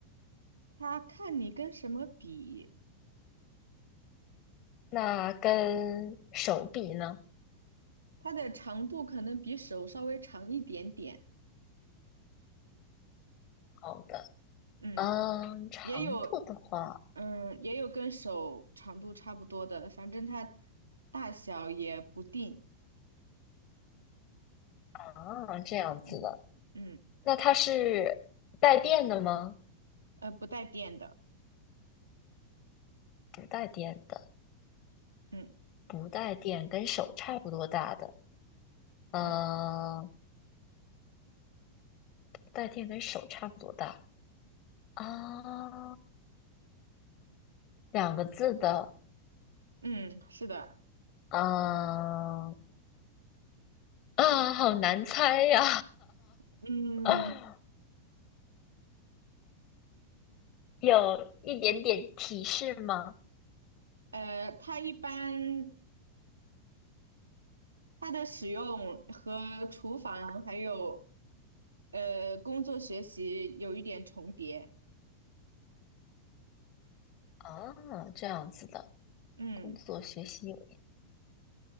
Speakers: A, on the right; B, on the left.
A: 它看你跟什么比，
B: 那跟手比呢？
A: 它的长度可能比手稍微长一点点。
B: 好的，
A: 嗯，
B: 嗯，长度的话，
A: 也有，嗯，也有跟手长度差不多的，反正它大小也不定。
B: 啊，这样子的，
A: 嗯嗯，
B: 那它是带电的吗？
A: 呃，不带电的。
B: 不带电的，
A: 嗯
B: 不带电，跟手差不多大的，呃，
A: 嗯
B: 不带电跟手差不多大啊，两个字的，
A: 嗯，是的。
B: 啊，<laughs> 啊，好难猜呀、
A: 嗯，
B: <laughs> 有一点点提示吗？
A: 呃，它一般它的使用和厨房还有呃工作学习有一点重叠。
B: 啊，这样子的，
A: 嗯，
B: 工作学习有